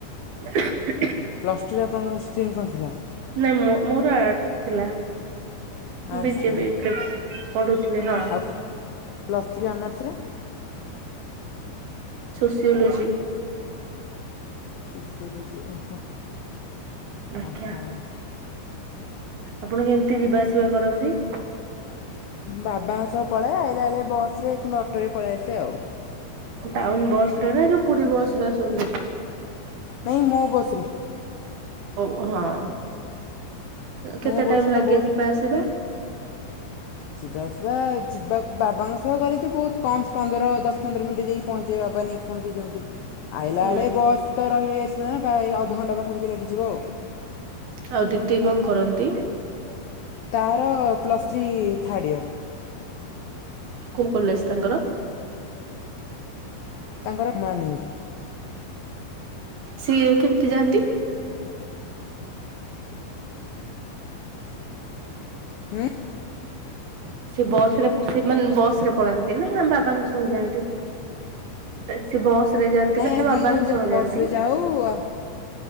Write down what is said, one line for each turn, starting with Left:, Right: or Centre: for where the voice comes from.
Right: ନାଁ। <unintelligible>
Left: ପ୍ଲସ୍ ଟୁରେ ଆପଣଙ୍କର ଷ୍ଟିମ୍ କଣଥିଲା?
Right: ନାଇଁ ମୋ ମୋର ଆଡ୍ସ ଥିଲା।
Left: ଆର୍ଟ୍ସ
Right: ବିଜେ
Left: ଥିଲା
Right: ବି ୟୁକେପ୍ ପଢୁଥିଲି ହଁ।
Left: ଆଉ ପ୍ଲସ୍ ଥ୍ରୀ ଅନର୍ସରେ?
Right: ସୋସିଓଲୋଜି।
Left: ସୋସିଓଲୋଜି ଓହୋ
Right: ଆଜ୍ଞା
Left: ଓହୋ।
Right: ଆପଣ କେମିତି ଯିବା ଆସିବା କରନ୍ତି?
Left: ବାବାଙ୍କ ସହ ପଳାଏ ଆଇଲା ବେଳେ ବସ୍ ରେ କିମ୍ବା ଅଟୋରେ ପଳେଇ ଆସେ ଆଉ।
Right: ଟାଉନ ବସ୍ ରା ରେ ନା ପୁରୀ ବସ ରେ ଆସନ୍ତି?
Left: ନାଇଁ ମୋ ବସ୍ ରେ।
Right: ଓ ହଁ
Left: ମୋ
Right: କେତେ
Left: ବସ୍ଟା
Right: ଟାଇମ୍ ଲାଗେ
Left: ବହୁତ
Right: ଯିବା ଆସିବା?
Left: ଯିବା ଆସିବା ଯିବାକୁ ବାବାଙ୍କ ସହ ଗଲେ ତ ବହୁତ କମ୍ ପନ୍ଦର ଦଶ ପନ୍ଦର ମିନିଟ ଦେଇ ପହଞ୍ଚେଇବେ ବାବା ନେଇକି। ପହଞ୍ଚେଇ ଦିଅନ୍ତି ଆଇଲା
Right: ହୁଁ
Left: ବେଳେ ବସ୍ ତ ରହି ରହି ଆସିବ ନା ପ୍ରାୟ ଅଧଘଣ୍ଟା ପାଖାପାଖି ଲାଗିଯିବ ଆଉ।
Right: ଆଉ ଦିଦି କଣ କରନ୍ତି?
Left: ତାର ପ୍ଲସ୍ ଥ୍ରୀ ଥାର୍ଡ଼ ଇୟର୍।
Right: କୋଉ କଲେଜ ତାଙ୍କର?
Left: ତାଙ୍କର ମନି ଉଇ
Right: ସିଏ କେମିତି ଯାଆନ୍ତି?
Left: ହୁଁ?
Right: ସେ ବସ ରେ ସେମାନେ ବସ୍ ରେ ପଳାନ୍ତି ନା ବାବାଙ୍କ ସହ ଯାଆନ୍ତି? ସେ ବସ୍‌ ରେ ଯାଆନ୍ତି
Left: ନାଇଁ
Right: ନା
Left: ଆମେ
Right: ବାବାଙ୍କ
Left: ଦି ଜଣ ଯାକ
Right: ସହ
Left: ବସ୍
Right: ଯାଆନ୍ତି?
Left: ରେ ଯାଉ ଆ